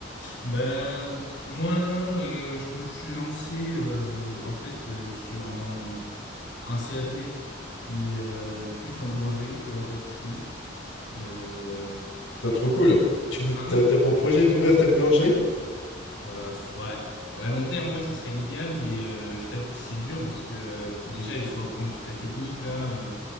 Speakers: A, on the left; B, on the left.
A: Bah pff, moi là, euh, je me suis lancé euh, en fait euh, sur un, un CAP, mais euh, plus en boulangerie, tu vois, pâtisserie. Euh,
B: T'es trop cool. Tu vou- t'as,
A: hein?
B: t'as pour projet d'ouvrir ta boulangerie?
A: Euh, pff, ouais. Ouais, à long terme, ouais, ça serait l'idéal, mais euh, je t'avoue que c'est dur parce que euh, déjà il faut apprendre toute la technique là. euh,